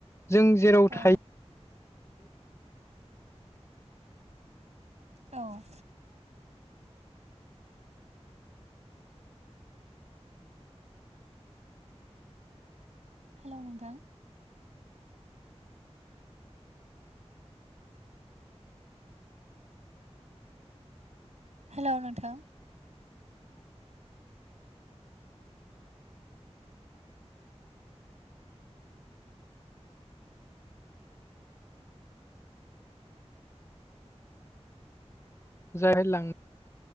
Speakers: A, on the left (about 25°); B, on the right (about 80°).
A: जों जेराव
B: औ
A: थायो
B: औ हेलौ नोंथां हेलौ नोंथां
A: जागाय लां